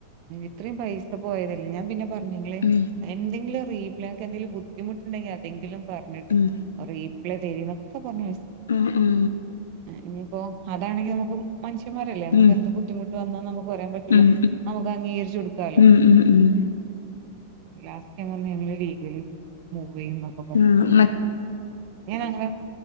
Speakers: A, on the right; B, on the left.
A: ഇത്രയും പൈസ പോയതല്ലേ ഞാൻ പിന്നെ പറ എന്തെങ്കി
B: ഉം
A: എന്തെങ്കിലും എന്തെങ്കിലും ബുദ്ധിമുട്ടണ്ടെങ്കിൽ അതെങ്കിലും പറഞ്ഞിട്ട്
B: ഉം
A: അറി <unintelligible> എന്നൊക്കെ പറഞ്ഞ
B: ഉം ഉം
A: ഇനിയിപ്പോ അതാണെങ്കി നമുക്ക് മനുഷ്യമാരല്ലേ നമുക്ക്
B: ഉം
A: എന്ത് ബുദ്ധിമുട്ട് വന്ന നമുക്ക് പറയാൻ പറ്റൂല്ല
B: ഉം
A: നമുക്ക് അംഗീകരിച്ചു കൊടുക്കാലോ
B: ഉം ഉം ഉം ഉം
A: ലാസ്റ്റ് ഞാൻ പറഞ്ഞ് നിങ്ങൾ ലീഗലി ന്നൊകെ പറഞ്ഞ്
B: ആഹ്
A: അങ്ങ